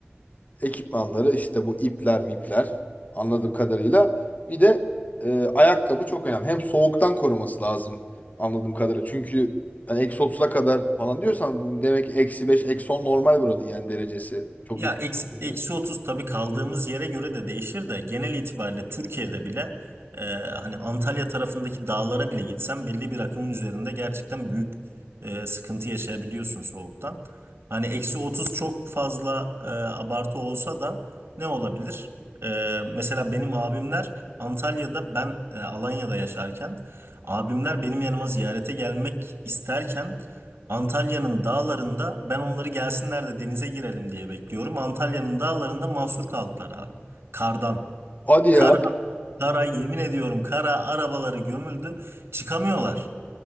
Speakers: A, on the left; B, on the right.
A: ekipmanları işte bu ipler mipler anladığım kadarıyla. Bir de e, ayakkabı çok önemli. Hem soğuktan koruması lazım anladığım kadarıyla. Çünkü hani eksi 30'a kadar falan diyorsan bu demek ki eksi 5 eksi 10 normal buranın yani derecesi. Çok
B: Ya
A: yüksek.
B: eksi,
A: olduğu
B: eksi
A: için.
B: otuz tabii kaldığımız yere göre de değişir de genel itibariyle Türkiye'de bile e, hani Antalya tarafındaki dağlara bile gitsen belli bir rakımın üzerinde gerçekten büyük e, sıkıntı yaşayabiliyorsun soğuktan. Hani eksi 30 çok fazla e, abartı olsa da ne olabilir? E, mesela benim abimler Antalya'da ben e, Alanya'da yaşarken abimler benim yanıma ziyarete gelmek isterken Antalya'nın dağlarında ben onları gelsinler de denize girelim diye bekliyorum. Antalya'nın dağlarında mahsur kaldılar abi. Kardan.
A: Hadi ya.
B: Kar Kara yemin ediyorum kara arabaları gömüldü çıkamıyorlar.